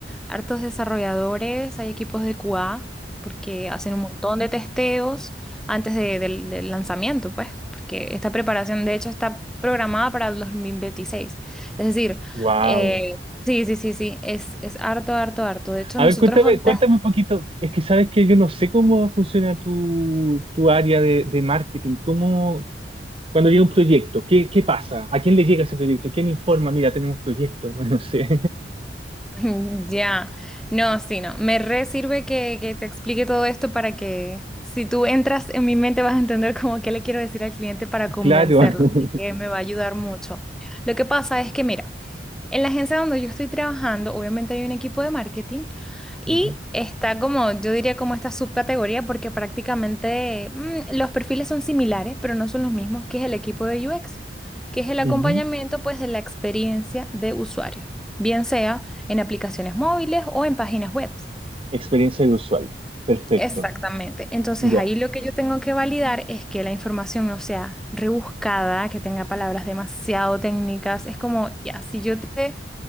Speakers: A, in the centre; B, on the right.
A: hartos desarrolladores, hay equipos de QA, porque hacen un montón de testeos antes de- del, del lanzamiento, pues, porque esta preparación, de hecho, está programada para el 2026. Es decir,
B: Wow.
A: eh, sí, sí, sí, sí, es, es harto, harto, harto. De hecho,
B: A
A: nosotros
B: ver, cuéntame,
A: ahorita
B: cuéntame un poquito. Es que sabes que yo no sé cómo funciona tu, tu área de, de marketing. ¿Cómo, cuando llega un proyecto, qué, qué pasa? ¿A quién le llega ese proyecto? ¿Quién informa? Mira, tenemos proyectos. <laughs> No sé.
A: <laughs> Ya, no, sí, no. Me re sirve que, que te explique todo esto para que si tú entras en mi mente vas a entender como qué le quiero decir al cliente para convencerlo.
B: Claro. <laughs>
A: Así que me va a ayudar mucho. Lo que pasa es que, mira, en la agencia donde yo estoy trabajando, obviamente hay un equipo de marketing y
B: Ujú,
A: está como, yo diría como esta subcategoría porque prácticamente mm, los perfiles son similares, pero no son los mismos, que es el equipo de UX, que es el acompañamiento
B: ujú.
A: pues de la experiencia de usuario, bien sea en aplicaciones móviles o en páginas web.
B: Experiencia de usuario. Perfecto.
A: Exactamente. Entonces
B: Ya,
A: ahí lo que yo tengo que validar es que la información no sea rebuscada, que tenga palabras demasiado técnicas. Es como, ya, si yo te